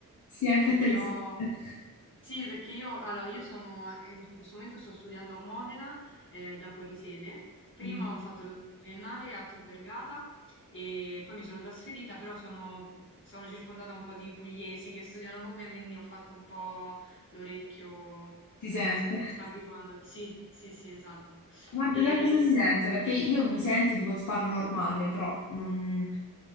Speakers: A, on the left; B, on the left.
A: Sì, anche
B: perché
A: a te
B: Sì.
A: ti
B: ho,
A: sente. <laughs>
B: Sì, perché io, allora, io sono, in questo momento sto studiando a Modena, eh, da fuorisede. Prima
A: Mm,
B: ho fatto la triennale a Tor Vergata e poi mi sono trasferita, però sono, sono circondata un po' di pugliesi che studiano con me, quindi ho fatto un po' l'orecchio,
A: ti
B: eh,
A: sente.
B: mi sta abituando. Sì, sì, sì, esatto.
A: Ma
B: E
A: da cosa si sente? Perché io mi sento e dico parlo normale, però non...